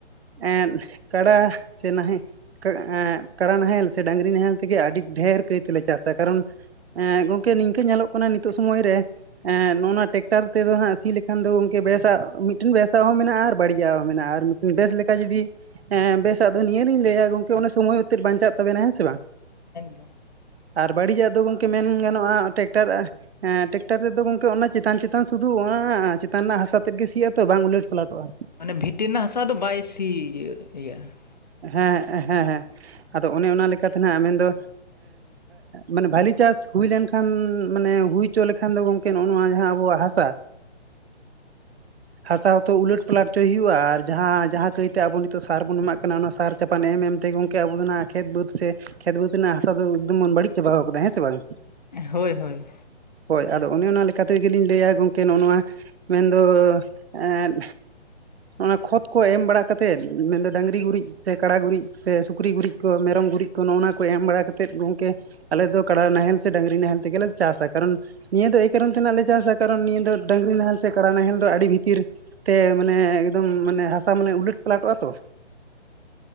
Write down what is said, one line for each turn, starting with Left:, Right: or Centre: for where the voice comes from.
Right: ᱮᱸᱜ ᱠᱟᱰᱟ ᱥᱮ ᱱᱟᱦᱮᱞ ᱮᱸᱜ ᱠᱟᱬᱟ ᱱᱟᱦᱮᱞ ᱥᱮ ᱰᱟᱝᱨᱤ ᱱᱟᱦᱮᱞ ᱛᱮᱜᱮ ᱟᱹᱰᱤ ᱰᱷᱹᱮᱨ ᱠᱟᱹᱭ ᱛᱮᱞᱮ ᱪᱟᱥᱟ ᱠᱟᱨᱚᱱ ᱦᱮᱸ ᱜᱚᱝᱠᱮ ᱱᱤᱝᱠᱟᱹ ᱧᱮᱞᱚᱜ ᱠᱟᱱᱟ ᱱᱤᱛᱚᱜ ᱥᱚᱢᱚᱭ ᱨᱮ ᱱᱚᱜ ᱱᱚᱣᱟ ᱴᱮᱠᱴᱟᱨ ᱛᱮᱫᱚ ᱱᱟᱦᱟᱜ ᱥᱤ ᱞᱮᱠᱷᱟᱱ ᱫᱚ ᱵᱮᱥᱟᱜ ᱢᱤᱫᱴᱮᱱ ᱵᱮᱥᱟᱜ ᱦᱚᱸ ᱢᱮᱱᱟᱜᱼᱟ ᱟᱨ ᱵᱟᱹᱲᱤᱡᱟᱜ ᱦᱚᱸ ᱢᱮᱱᱟᱜᱼᱟ ᱟᱨ ᱢᱤᱫᱴᱟᱝ ᱵᱮᱥ ᱞᱮᱠᱟ ᱡᱩᱫᱤ ᱦᱮᱸ ᱵᱮᱥᱟᱜ ᱫᱚ ᱱᱤᱭᱟᱹᱞᱤᱧ ᱞᱟᱹᱭᱟ ᱜᱚᱝᱠᱮ ᱚᱱᱟ ᱥᱚᱢᱚᱭᱚ ᱩᱛᱷᱟᱱ ᱵᱟᱧᱪᱟᱜ ᱛᱟᱵᱮᱱᱟ ᱦᱮᱸ ᱥᱮ ᱵᱟᱝ᱾
Left: <unintelligible>
Right: ᱟᱨ ᱵᱟᱹᱲᱤᱡᱟᱜ ᱫᱚ ᱜᱚᱢᱠᱮ ᱢᱮᱱ ᱜᱟᱱᱚᱜᱼᱟ ᱴᱮᱠᱴᱟᱨ ᱦᱮᱸ ᱴᱨᱟᱠᱴᱟᱨ ᱛᱮᱫᱚ ᱜᱚᱝᱠᱮ ᱚᱱᱟ ᱪᱮᱛᱟᱱ ᱪᱮᱛᱟᱱ ᱥᱩᱫᱷᱩ ᱚᱱᱟ ᱪᱮᱛᱟᱱ ᱨᱮᱱᱟᱜ ᱦᱟᱥᱟ ᱛᱮᱫ ᱜᱮ ᱥᱤ ᱟᱛᱚ ᱵᱟᱝ ᱩᱞᱟᱹᱴ ᱯᱞᱟᱴᱚᱜᱼᱟ᱾
Left: ᱢᱟᱱᱮ ᱵᱷᱤᱛᱤᱨᱱᱟᱜ ᱦᱟᱥᱟ ᱫᱚ ᱵᱟᱭ ᱥᱤ ᱤᱭᱟ. ᱟ᱾
Right: ᱦᱮᱸ ᱦᱮᱸ ᱦᱮᱸ ᱟᱫᱚ ᱚᱱᱮ ᱚᱱᱟ ᱞᱮᱠᱟᱛᱮ ᱱᱟᱦᱱᱟᱜ ᱢᱮᱱᱫᱚ ᱢᱟᱱᱮ ᱵᱷᱟᱞᱤ ᱪᱟᱥ ᱦᱩᱭ ᱞᱮᱱᱠᱷᱟᱱ ᱢᱟᱱᱮ ᱦᱩᱭ ᱦᱚᱪᱚ ᱞᱮᱠᱷᱟᱱ ᱫᱚ ᱜᱚᱝᱠᱮ ᱮᱠᱮᱱ ᱱᱚᱜ ᱱᱚᱣᱟ ᱡᱟᱦᱟᱸ ᱟᱵᱚᱣᱟᱜ ᱦᱟᱥᱟ ᱦᱟᱥᱟ ᱦᱚᱛᱚ ᱩᱞᱟᱹᱴ ᱯᱞᱟᱴ ᱚᱪᱚᱭ ᱦᱩᱭᱩᱜᱼᱟ ᱟᱨ ᱡᱟᱸᱦᱟᱸ ᱡᱟᱸᱦᱟᱸ ᱠᱟᱹᱭᱛᱮ ᱟᱵᱚ ᱱᱤᱛᱚᱜ ᱥᱟᱨ ᱵᱚᱱ ᱮᱢᱟᱜ ᱠᱟᱱᱟ ᱚᱱᱟ ᱥᱟᱨ ᱪᱟᱯᱟᱱ ᱮᱢ ᱮᱢᱛᱮ ᱜᱚᱢᱠᱮ ᱟᱵᱚᱫᱚ ᱱᱟᱦᱱᱟᱜ ᱠᱷᱮᱛ ᱵᱟᱹᱫᱽ ᱥᱮ ᱠᱷᱮᱛ ᱵᱟᱹᱛ ᱨᱮᱱᱟᱜ ᱦᱟᱥᱟ ᱫᱚ ᱮᱠᱫᱚᱢᱵᱚᱱ ᱵᱟᱹᱲᱤᱡ ᱪᱟᱵᱟ ᱟᱠᱟᱫᱟ ᱦᱮᱸ ᱥᱮ ᱵᱟᱝ᱾
Left: ᱦᱳᱭ ᱦᱳᱭ
Right: ᱦᱳᱭ ᱟᱫᱚ ᱚᱱᱮ ᱚᱱᱟ ᱞᱮᱠᱟ ᱛᱮᱜᱮᱞᱤᱧ ᱞᱟᱹᱭᱟ ᱜᱚᱝᱠᱮ ᱱᱚᱜᱼᱚᱭ ᱱᱚᱣᱟ᱾ ᱢᱮᱱᱫᱚ ᱮᱫ ᱚᱱᱟ ᱠᱷᱚᱛ ᱠᱚ ᱮᱢ ᱵᱟᱲᱟ ᱠᱟᱛᱮᱫ ᱢᱮᱱᱫᱚ ᱰᱟᱹᱝᱨᱤ ᱜᱩᱨᱤᱡ, ᱥᱮ ᱠᱟᱲᱟ ᱜᱩᱨᱤᱡ, ᱥᱮ ᱥᱩᱠᱨᱤ ᱜᱩᱨᱤᱡ, ᱠᱚ ᱢᱮᱨᱚᱢ ᱜᱩᱨᱤᱡ ᱠᱚ ᱱᱚᱜᱼᱱᱟᱠᱚ ᱮᱢ ᱵᱟᱲᱟ ᱠᱟᱛᱮᱫ ᱜᱚᱢᱠᱮ ᱟᱞᱮ ᱫᱚ ᱠᱟᱰᱟ ᱱᱟᱦᱮᱞ ᱥᱮ ᱰᱟᱝᱨᱤ ᱱᱟᱦᱮᱞ ᱛᱮᱜᱮᱞᱮ ᱪᱟᱥᱟ, ᱠᱟᱨᱚᱱ ᱱᱤᱭᱟᱹ ᱫᱚ ᱮᱭ ᱠᱟᱨᱚᱱ ᱛᱮᱱᱟᱜ ᱞᱮ ᱪᱟᱥᱟ ᱠᱟᱨᱚᱱ ᱱᱤᱭᱟᱹ ᱫᱚ ᱰᱟᱝᱨᱤ ᱱᱟᱦᱮᱞ ᱥᱮ ᱠᱟᱰᱟ ᱱᱟᱦᱮᱞ ᱫᱚ ᱟᱹᱰᱤ ᱵᱷᱤᱛᱤᱨ ᱛᱮ ᱢᱟᱱᱮ ᱮᱠᱫᱚᱢ ᱢᱟᱱᱮ ᱦᱟᱥᱟ ᱢᱟᱱᱮ ᱩᱞᱟᱹᱴ ᱯᱟᱞᱟᱴᱚᱜᱼᱟ ᱛᱚ᱾